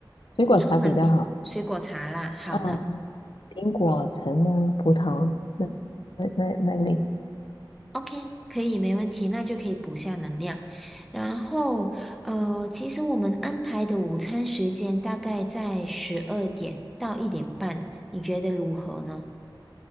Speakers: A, on the left; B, in the centre.
A: 水果茶比较好。
B: 补充能量，水果茶啦。好的。
A: 啊，苹果、橙啊、葡萄那那那那类
B: OK，可以，没问题，那就可以补下能量。然后，呃，其实我们安排的午餐时间大概在十二点到一点半，你觉得如何呢？